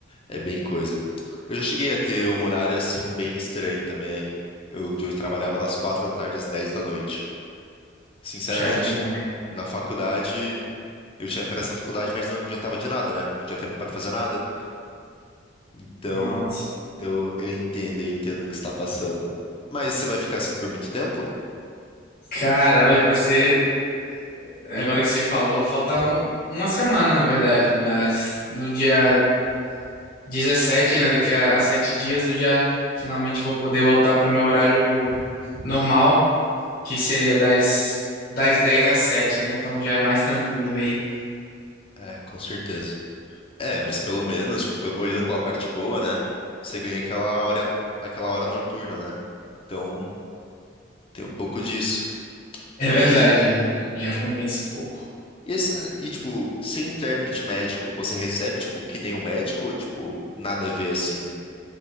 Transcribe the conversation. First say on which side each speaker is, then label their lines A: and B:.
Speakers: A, on the left; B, on the left.
A: É bem coisa. Eu já cheguei a ter um horário assim bem estranho também, eu- onde eu trabalhava das 4 da tarde às 10 da noite. Sinceramente,
B: Puxadinho também.
A: na faculdade, eu tinha férias da faculdade, mas não adiantava de nada, né? Não tinha tempo pra fazer nada. Então,
B: Nossa.
A: Eu, eu entendo, eu entendo o que está passando. Mas você vai ficar assim por muito tempo?
B: Cara, olha, para ser, agora que você falou, falta um- uma semana, na verdade, das, no dia 17, né, daqui a, a sete dias eu já finalmente vou poder voltar pro meu horário normal que seria das, das 10 às 7, né? Então já é mais tranquilo aí.
A: É, com certeza. É, mas pelo menos, tipo, pe- olhando pela parte boa, né? Você ganha aquela hora, aquela hora noturna, né? Então, tem um pouco disso.
B: É verdade,
A: E,
B: já compensa um pouco.
A: e, esse, e, tipo, ser intérprete médico, você recebe, tipo, que nem um médico ou, tipo, nada a ver assim?